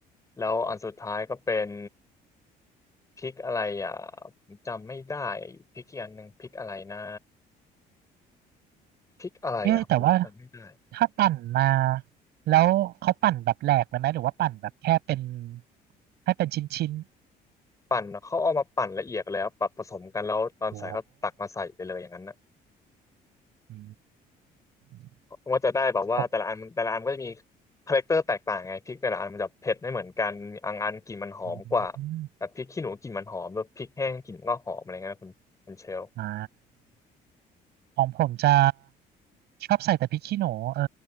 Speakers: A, on the left (about 20°); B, on the right (about 75°).
A: แล้วอันสุดท้ายก็เป็นพริกอะไรอ่ะผมจำไม่ได้พริกอีกอันหนึ่งพริกอะไรนะพริกอะไรอ่ะผมจำไม่ได้
B: เอ๊ะแต่ว่าถ้าปั่นมาแล้วเขาปั่นแบบแหลกเลยไหมหรือว่าปั่นแบบแค่เป็นให้เป็นชิ้นๆ
A: ปั่นเขาเอามาปั่นละเอียดแล้วปรับผสมกันแล้วตอนใส่ก็ตักมาใส่ไปเลยอย่างนั้นนะ
B: โอ้อืม
A: ว่าจะได้แบบว่าแต่ละอันแต่ละอันก็จะมี
B: ผม
A: คาแรคเตอร์แตกต่างไงพริกแต่ละอันมันจะเผ็ดไม่เหมือนกันอังอันกลิ่นมันหอมกว่า
B: อืม
A: แบบพริกขี้หนูกลิ่นมันหอมแบบพริกแห้งกลิ่นก็หอมอะไรเงี้ยคุณคุณเชล
B: อ่าของผมจะชอบใส่แต่พริกขี้หนูเออ